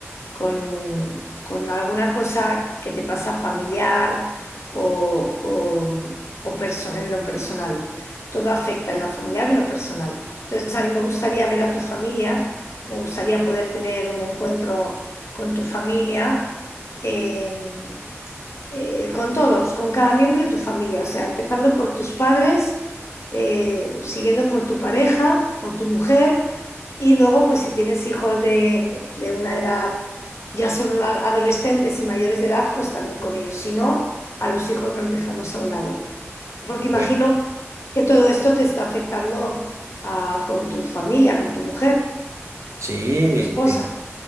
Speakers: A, on the left; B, on the right.
A: con, con alguna cosa que te pasa familiar o, o- o person- en lo personal. Todo afecta en lo familiar y en lo personal. Entonces, a mí me gustaría ver a tu familia, me gustaría poder tener un encuentro con tu familia. em, eh, con todos, con cada miembro de tu familia, o sea, empezando por tus padres, eh, siguiendo por tu pareja o tu mujer, y luego, pues si tienes hijos de, de una edad, ya son a- adolescentes y mayores de edad, pues también con ellos. Si no, a los hijos los dejamos a un lado, porque imagino
B: Ve-
A: que todo esto te está afectando ah, con tu familia, con tu mujer,
B: Sí,
A: con tu esposa.
B: eh,